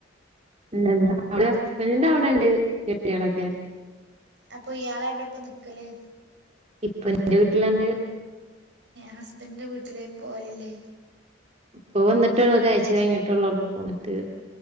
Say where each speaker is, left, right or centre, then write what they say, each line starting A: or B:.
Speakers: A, on the right; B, on the right.
A: ഇല്ലല്ല അവിടെ ഹസ്ബൻഡിന്റെ അവിടെ ഉണ്ട് ചെടികളൊക്കെ
B: അപ്പൊ ഇയാളെ എവിടെ ഇപ്പോ നിക്കല്?
A: ഇപ്പൊ എന്റെ വീട്ടിലാണ്ട്.
B: ഹസ്ബൻഡന്റെ വീട്ടില് പോലില്ലേ?
A: പോ വന്നിട്ടേള്ളൂ ഒരാഴ്ച കഴിഞ്ഞിട്ടേള്ളൂന്ന് പോന്നിട്ട്.